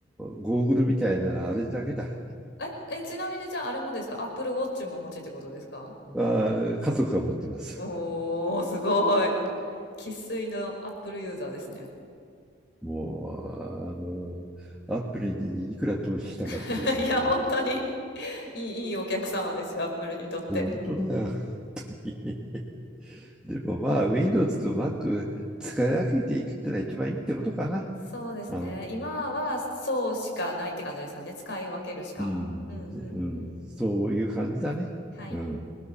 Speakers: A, in the centre; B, on the left (about 65°).
A: ゴーグルみたいなあれだけだ。
B: え、え、ちなみにじゃああれもですか ?Apple Watch もお持ちってことですか
A: あ、家族が持ってます。
B: おー、すごい。生粋の Apple ユーザーですね。
A: もう、あの、ア p p にいくら投資したかっていう感じ。
B: <laughs> いや、本当にいい、いいお客様ですよ、アップルにとって。
A: 本当だよ。<laughs> でもまあ、Windows と Mac 使い分けていくってのは一番いいってことかな。
B: そうですね。
A: あ
B: 今はそうしかないって感じですかね。使い分けるしか。
A: うん、
B: うんうんうん。
A: うん、そういう感じだね。
B: はい。
A: うん。